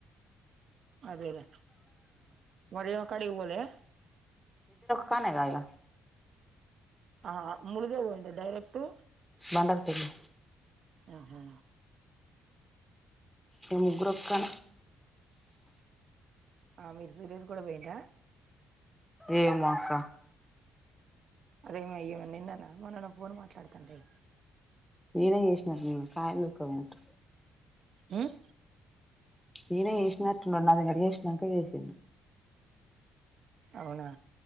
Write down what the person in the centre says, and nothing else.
కానా గాయ
బండార్తుల్లో
మీ ముగ్గురు ఒకనే
ఏమో అక్క
నిన్నే చేసిన న కాయ దుఃఖనట్
నేనే చేసినట్టులు అది కట్ వేసినాంక చెస్